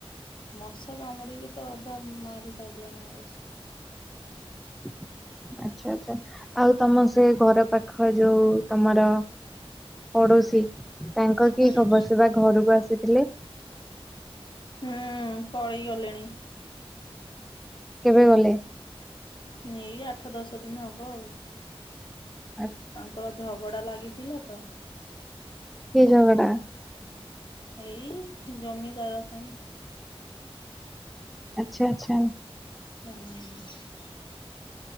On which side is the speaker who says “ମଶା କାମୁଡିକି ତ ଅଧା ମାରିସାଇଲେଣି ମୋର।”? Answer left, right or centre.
Left